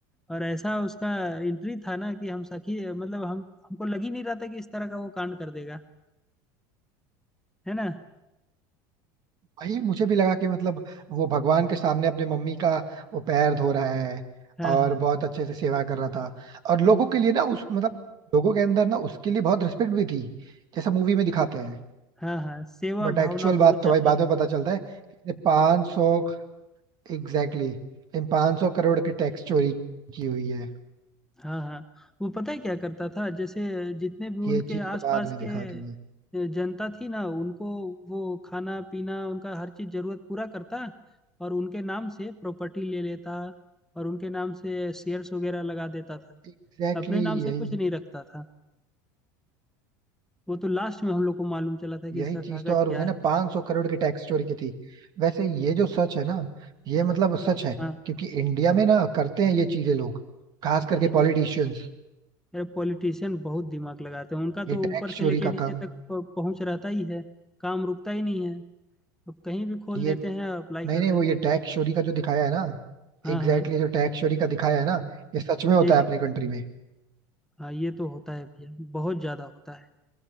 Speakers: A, in the centre; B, on the right.
A: और ऐसा उसका एंट्री था ना कि हम सखी मतलब हम हमको लग ही नहीं रहा था कि इस तरह का वो कांड कर देगा है ना
B: वही मुझे भी लगा कि मतलब वो भगवान के सामने अपने मम्मी का वो पैर धो रहा है
A: हाँ
B: और
A: हाँ
B: बहुत अच्छे से सेवा कर रहा था और लोगों के लिए ना उस मतलब लोगों के अंदर ना उसके लिए बहुत रिस्पेक्ट भी थी जैसा मूवी में दिखाते हैं
A: हाँ हाँ सेवा
B: बट एक्चुअल
A: भावना
B: बात
A: बहुत ज्यादा
B: तो भाई बाद में पता चलता है कि पांच सौ एग्जैक्टली इन पांच सौ करोड़ की टैक्स चोरी की हुई है
A: हाँ हाँ वो पता है क्या करता था जैसे जितने भी
B: ये
A: उनके
B: चीज
A: आसपास
B: तो बाद में दिखाती
A: के अ,
B: है
A: जनता थी ना उनको वो खाना पीना उनका हर चीज जरूरत पूरा करता और उनके नाम से प्रॉपर्टी ले लेता और उनके नाम से शेयर्स वगैरह लगा देता था
B: Exactly exactly
A: अपने नाम से
B: यही
A: कुछ नहीं रखता था वो तो लास्ट में हम लोग को मालूम चला था कि
B: यही
A: इसका कागज
B: चीज तो और
A: क्या
B: उसने
A: है
B: ना 500
A: कैसे
B: करोड़ की टैक्स चोरी की थी वैसे ये जो सच है ना ये मतलब सच है
A: हाँ
B: क्योंकि इंडिया में ना करते हैं ये चीजें लोग खास करके
A: जी
B: पॉलिटिशियंस
A: यार पॉलिटिशियन बहुत दिमाग लगाते हैं उनका तो
B: ये टैक्स
A: ऊपर से
B: चोरी
A: लेके
B: का
A: नीचे
B: काम
A: तक प- पहुंच रहता ही है काम रुकता ही नहीं है अब कहीं भी खोल
B: ये
A: देते हैं अप्लाई
B: नहीं
A: कर
B: नहीं
A: देते
B: वो ये
A: हैं
B: टैक्स चोरी का जो दिखाया है ना
A: हाँ
B: एग्जैक्टली
A: हाँ
B: exactly जो टैक्स चोरी का दिखाया है ना ये सच में होता
A: जी
B: है
A: जी
B: अपनी कंट्री में
A: हाँ ये तो होता है भैया बहुत ज्यादा होता है